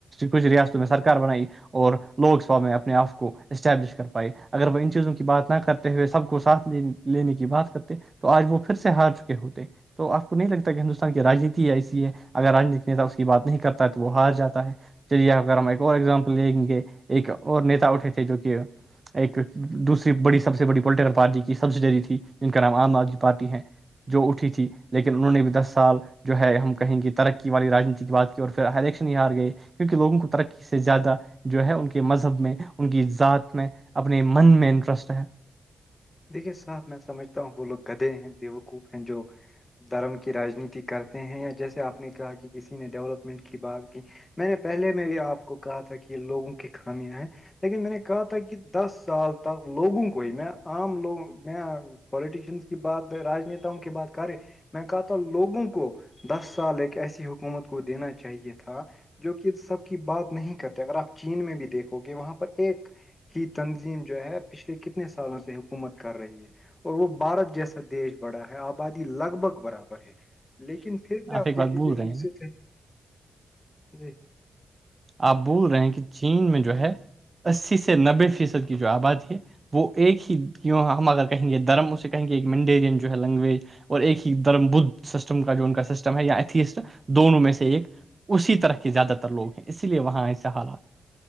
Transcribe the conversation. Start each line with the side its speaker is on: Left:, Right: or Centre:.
Right: کچھ ریاستوں میں سرار بنائی اور لوک سبا میں اپنے آپ کو اسٹیبلش کر پائی اگر وہ ان چیزوں کی بات نہ کرتے ہوئے سب کو ساتھ ل لینے کی بات کرتے تو آج وہ پھر سے ہار چکے ہوتے تو آپ کو نہیں لگتا کہ ہندوستان کی رانیتی ایسی ہے اگر رجیتک نتا اس کی بات نہیں کرتا ہے تو وہ ہار جاتا ہے چلیے اگر ہم ایک اور ایگزامپل دیں گے ایک اور نیتا اٹھے تھے جو کہ ایک دوسری بڑی سب سے بڑی پولیٹیکل پارٹی کی سبسڈری تھی جن کا نام عام آدمی پارٹی ہیں جو اٹھی تھی لیکن انہوں نے بھی دس سال جو ہے ہم کہیں گے ترقی والی راجنیتی کی بات کی اور پھر الیکشن ہی ہار گئے کیونکہ لوگوں کو ترقی سے زیادہ جو ہے ان کے مذہب میں ان کی ذات میں اپنے من میں انٹرسٹ ہے
Left: دیکھیے صاحب میں سمجھتا ہوں وہ لوگ گدے ہیں دیوکوپ ہیں جو دھرم کی رانیتی کرتے ہیں یا جیسے آپ نے کہا کہ کسی نے ڈیولپمنٹ کی بات کی میں نے پہلے میں بھی آپ کو کہا تھا کہ یہ لوگوں کی خامیاں ہیں لیکن میں نے کہا تھا کہ دس سال تک لوگوں کو ہی میں عام لوگ میں پولیٹیشنس کی بات رانیتاؤں کی بات کر رہے میں کہا تھا لوگوں کو دس سال ایک ایسی حکومت کو دینا چاہیے تھا جو کہ سب کی بات نہیں کرتے اگر آپ چین میں بھی دیکھو گے وہاں پر ایک یہ تنظیم جو ہے پچھلے کتنے سالوں سے حکومت کر رہی ہے اور وہ بھارت جیسا دیش بڑا ہے آبادی لگ بھگ برابر ہے لیکن پھر بھی آپ
Right: ایک بات
Left: دیکھ لیجے
Right: بھول رہے
Left: وکست
Right: ہیں نا
Left: ہے جی
Right: آپ بول رہے ہیں کہ چین میں جو ہے اسی سے نبے فیصد کی جو آبادی ہے وہ ایک ہی کیوں ہم اگر کہیں گے درم اسے کہیں گے ایک منڈیرین جو ہے لینگویج اور ایک ہی درم بدھ سسٹم کا جو ان کا سسٹم ہے یا ایتھیسٹ دونوں میں سے ایک اسی طرح کے زیادہ تر لوگ ہیں اسی لیے وہاں ایسے حالات